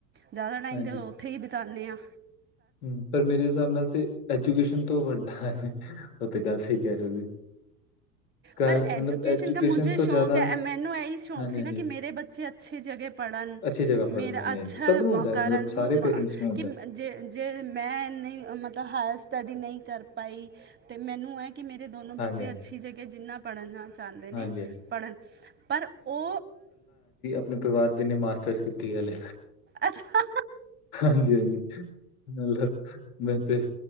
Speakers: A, on the right; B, on the left.
A: ਜਾਦਾ ਟਾਈਮ
B: ਹਾਂਜੀ ਹਾਂਜੀ
A: ਦੇ ਓ ਥੇ ਈ ਬਿਤਾਨੇ ਆਂ।
B: ਹੂੰ, ਪਰ ਮੇਰੇ ਹਿਸਾਬ ਨਾਲ ਤੇ ਐਜੂਕੇਸ਼ਨ ਤੋਂ ਵੱਡਾ ਹਾਂਜੀ ਓ ਤੇ ਗੱਲ ਸਈ ਕਹਿ ਰਹੇ ਓ ਜੀ। ਘਰ
A: ਪਰ
B: ਮਤਲਬ
A: ਐਜੂਕੇਸ਼ਨ ਕਾ ਮੁਜੇ
B: ਤੋਂ
A: ਸ਼ੌਕ
B: ਜ਼ਿਆਦਾ
A: ਹੈ, ਮੈਨੂੰ ਇਹੀ ਸ਼ੌਕ
B: ਹਾਂਜੀ-ਹਾਂਜੀ,
A: ਸੀ ਨਾ ਕਿ ਮੇਰੇ ਬੱਚੇ ਅੱ ਛੀ ਜਗ੍ਹੇ ਪੜ੍ਹਨ,
B: ਅੱਛੀ ਜਗ੍ਹਾ ਪੜ੍ਹਨ
A: ਮੇਰਾ
B: ਹਾਂਜੀ-ਹਾਂਜੀ,
A: ਅੱਛਾ
B: ਸਭ ਨੂੰ ਹੁੰਦਾ
A: ਕਰਨ
B: ਹੈ ਮਤਲਬ ਸਾਰੇ
A: <unintelligible>
B: ਪੇਰੈਂਟਸ ਨੂੰ ਹੁੰਦਾ।
A: ਕੀ ਜੇ ਜੇ ਮੈਂ ਏਨੀ ਮਤਲਬ ਹਾਇਰ ਸਟੱਡੀ ਨਈ ਕਰ ਪਾਈ ਤੇ ਮੈਨੂੰ ਐ ਕਿ ਮੇਰੇ ਦੋਨੋ
B: ਹਾਂਜੀ-ਹਾਂਜੀ,
A: ਬੱਚੇ ਅੱਛੀ ਜਗ੍ਹਾ ਜਿੰਨਾ ਪੜ੍ਹਨਾ ਚਾਂਦੇ ਨੇ
B: ਹਾਂਜੀ-ਹਾਂਜੀ,
A: ਪੜ੍ਹਨ ਪਰ ਓ
B: ਅਪਨੇ ਪਰਿਵਾਰ ਜਿੰਨੇ ਮਾਸਟਰਸ ਕੀਤੀ ਹਲੇ।
A: ਅੱਛਾ।
B: ਹਾਂਜੀ-ਹਾਂਜੀ, ਮਤਲਬ ਮੈਂ ਤੇ